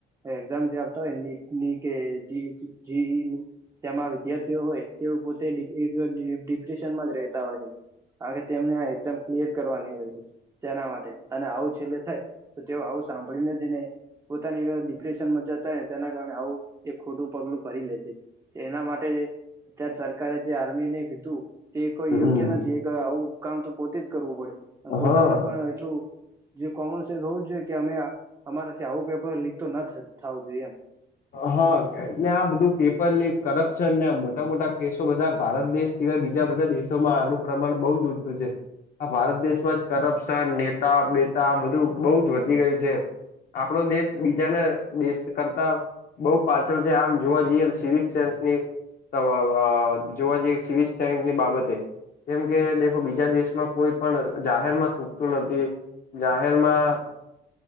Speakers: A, on the right; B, on the left.
A: એક્ઝામ જે આપતા હોય નીટની કે જીઈની તેમાં વિદ્યાર્થીઓ તેઓ હોય તેઓ પોતે એક ડી ડિપ્રેશનમાં જ રહેતા હોય છે કાર કે તેમને આ એક્ઝામ ક્લિયર કરવાની હોય છે તેના માટે અને આવું છેલ્લે થાય તો તેઓ આવું સાંભળી નથી ને પોતાની એક ડિપ્રેશનમાં જતાને તેના કારણે આવું એક ખોટું પગલું ભરી લે છે એના માટે અત્યારે સરકારે જે આર્મી ને કીધું તે કોઈ
B: હમ
A: યોગ્ય નથી એ આવું કામ તો પોતે જ કરવું પડે પોતાને
B: હા
A: પણ એટલું જે કોમન સેન્સ હોવું જ જોઈએ કે અમે અમારે થી આવું પેપર લીક તો ના થવું જોઈએમ
B: હા ને આ બધું પેપર લીક કરપ્શન ને મોટા મોટા કેસો બધા ભારત દેશ સિવાય બીજા બધા દેશોમાં આનું પ્રમાણ બહુ જ ઓછું છે આ ભારત દેશમાં જ કરપ્શન નેતા બેતા બધું બહુ જ વધી ગયું છે આપડો દેશ બીજાને દેશ કરતા બહુ પાછળ છે આમ જોવા જઈએ સિવિક સેન્સની અ આ જોવા જઈએ સિવિલ સાયન્સની બાબતે કેમ કે દેખો બીજા દેશમાં કોઈ પણ જાહેર માં થૂકતું નથી જાહેરમાં